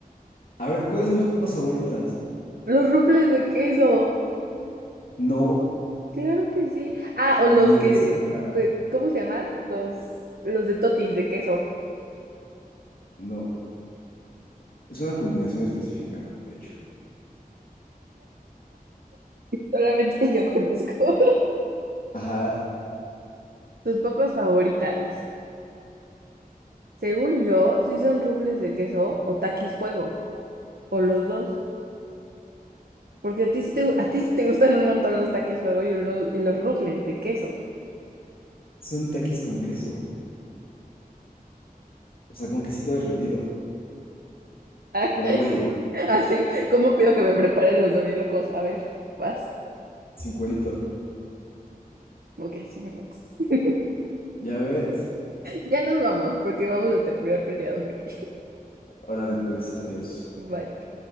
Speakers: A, on the left; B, on the right.
A: A ver, ¿cuáles son mis papas favoritas?
B: Los rufles de queso.
A: No,
B: Claro que sí. Ah,
A: ni
B: o los que,
A: de cerca.
B: que- ¿cómo se llaman? Los, los de totis de queso.
A: No, es una combinación específica, de hecho.
B: Solamente yo conozco. <laughs>
A: Ajá,
B: Tus papas favoritas. Según yo, sí son rufles de queso o taquis fuego, o los dos. Porque a ti sí te, gu- a ti sí te gustan un montón los taquis fuego y, unos- y los rufles de queso.
A: son taquis con queso, o sea, con quesito derretido.
B: <laughs> Ah,
A: Pero güey,
B: Así, ¿cómo pido que me preparen los dorilocos? A ver, vas.
A: sin cuerito.
B: Ok, sí me conoces. <laughs>
A: ¿Ya ves?
B: Ya nos vamos, porque vamos a terminar peleados aquí.
A: Órale pues, adiós.
B: <laughs> Bye.